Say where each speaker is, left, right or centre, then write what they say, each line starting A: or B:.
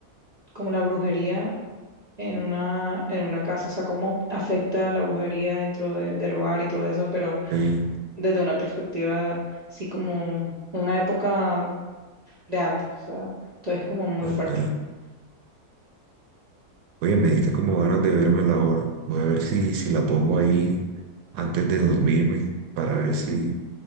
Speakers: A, on the right (about 35°); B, on the right (about 85°).
A: como la brujería en una, en una casa, o sea, cómo afecta la brujería dentro de- del hogar y todo eso, pero
B: Ey,
A: desde una perspectiva, sí, como una época de antes, o sea, todo es como muy
B: ok.
A: fuerte, <laughs>
B: Oye, me diste como ganas de verme la hora. Voy a ver si, si la pongo ahí antes de dormirme para ver si,